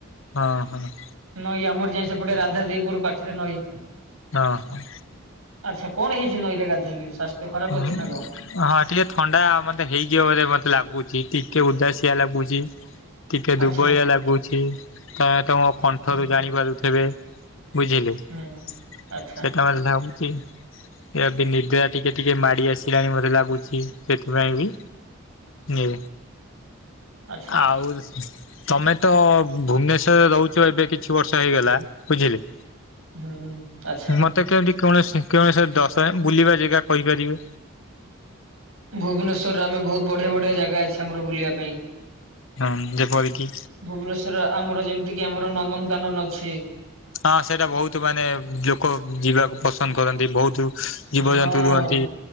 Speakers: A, on the left (about 60°); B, on the right (about 80°).
A: ହଁ ହଁ।
B: ନଈ ଆମର ଯାଏ ସେପଟେ ରାଧା ଦେଇପୁର ପାଖରେ ନଈଁ।
A: ହଁ ହଁ।
B: ଆଛା, କଣ ହେଇଛି ନଈରେ ଗାଧେଇକି--? ଖରାପ
A: ହଁ ହଁ,
B: ଅଛି ନା କଣ?
A: ଟିକେ ଥଣ୍ଡା ମତେ ହେଇଯିବ ବୋଲି ମତେ ଲାଗୁଛି, କି ଟିକେ ଉଦାସଆ ଲାଗୁଛି, ଟିକେ
B: ଆଚ୍ଛା
A: ଦୁର୍ବଳିଆ ଲାଗୁଛି, ତମେ ତମ <unintelligible> କଣ୍ଠରୁ
B: ହୁଁ
A: ଜାଣିପାରୁଥିବେ? ବୁଝିଲେ
B: ହୁଁ
A: ସେଟା
B: ଆଚ୍ଛା
A: ମ ଲାଗୁଛି ନିଦ୍ରା ଟିକେ ଟିକେ ମାଡି ଆସିଲାଣି ମତେ ଲାଗୁଛି, ସେଥିପାଇଁ ବି
B: ଆଚ୍ଛା
A: ଆଉ ତମେ ତ ଭୁବନେଶରେ ରହୁଛ ଏବେ କିଛି ବର୍ଷ ହେଇଗଲା ବୁଝିଲେ?
B: ହୁଁ ଆଛା।
A: ମତେ କେମିତି କୌଣସି କଣ ସେ ଦଶ ବୁଲିବା ଜାଗା କହିପାରିବେ?
B: ଭୁବନେଶରେ ଆମେ ବହୁତ ବଢିଆ ବଢିଆ ଜାଗା ଅଛି, ଆମର ବୁଲିବା ପାଇଁ
A: ହଁ ଯେପରିକି
B: ଭୁବନେଶର ଆମର ଯେମିତି କି -ଆମର ନନ୍ଦନ କାନନ ଅଛି।
A: ହଁ ସେଇଟା ବହୁତ ମାନେ ଲୋକ ଯିବାକୁ ପସନ୍ଦ କରନ୍ତି, ବହୁତ ଜୀବଜନ୍ତୁ
B: ହଁ
A: ରୁହନ୍ତି